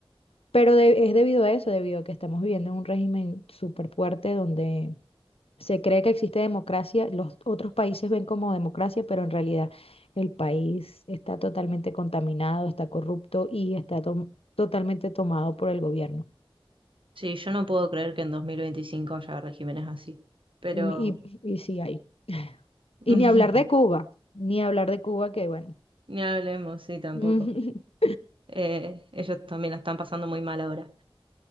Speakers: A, on the left (about 80°); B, on the right (about 60°).
A: Pero de- es debido a eso, debido a que estamos viviendo en un régimen súper fuerte donde se cree que existe democracia, los otros países ven como democracia, pero en realidad el país está totalmente contaminado, está corrupto y está to- totalmente tomado por el gobierno.
B: sí, yo no puedo creer que en 2025 haya regímenes así. Pero
A: Y, y y sí hay.
B: <laughs>
A: Y ni hablar de Cuba, ni hablar de Cuba, que bueno,
B: ni hablemos, sí, tampoco.
A: Ujú. <laughs>
B: Eh, ellos también la están pasando muy mal ahora.